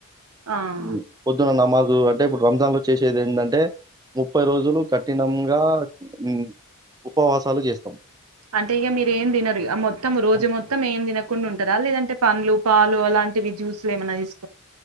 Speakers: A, on the right; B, on the right.
A: ఆ
B: ఉ పొద్దున నమాజ్ ఉ అంటే ఇపుడు రంజాన్లు చేసేది ఏందంటే ముప్పై రోజులు కఠినంగా ఉ ఉపవాసాలు చేస్తాం
A: అంటే ఇగ మీరు ఏం తినరిగ మొత్తం రోజు
B: ఆ,
A: మొత్తం ఏం తినకుండా ఉంటారా లేదంటే పండ్లు పాలు అలాంటివి జ్యూసులు ఏమన్నా తిస్